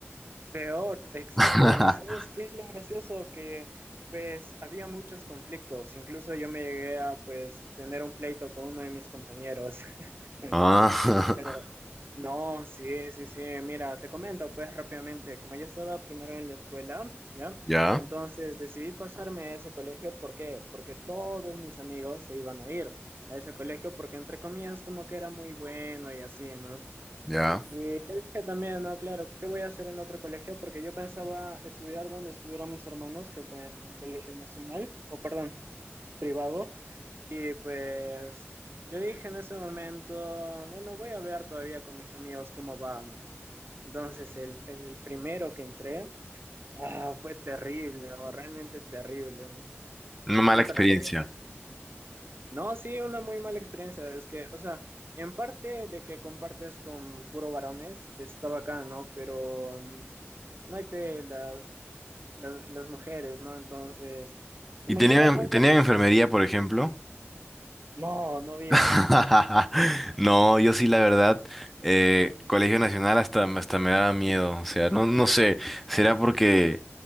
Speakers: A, on the right; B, in the centre.
A: Peor, exacto.
B: <laughs>
A: ¿Y sabes qué es lo gracioso? Que pues había muchos conflictos. Incluso yo me llegué a pues tener un pleito con uno de mis compañeros. <laughs>
B: Ah,
A: Pero no, sí, sí, sí. Mira, te comento pues rápidamente, como yo estaba primero en la escuela, ¿ya?
B: <laughs> ya,
A: Entonces decidí pasarme a ese colegio, ¿por qué? Porque todos mis amigos se iban a ir a ese colegio porque entre comillas como que era muy bueno y así, ¿no?
B: ya.
A: Y yo dije también, no, claro, ¿qué voy a hacer en otro colegio? Porque yo pensaba estudiar donde estuvieron mis hermanos, que fue en un colegio nacional, o perdón, privado. Y pues yo dije en ese momento, bueno, voy a ver todavía con mis amigos cómo va, ¿no? Entonces, el, en el primero que entré, ah, fue terrible, o realmente terrible. o-
B: Una mala
A: No
B: experiencia.
A: te recomiendo. No, sí, una muy mala experiencia. Es que, o sea, en parte de que compartes con puro varones, está bacán, ¿no? Pero mm, no hay pe las, las, las mujeres, ¿no? Entonces,
B: ¿Y
A: imagina,
B: tenían,
A: ponte
B: tenían
A: a pensar.
B: enfermería, por ejemplo?
A: No, no había.
B: <laughs> No, yo sí, la verdad, eh, Colegio Nacional hasta, hasta me daba miedo. O sea, no, no sé, será porque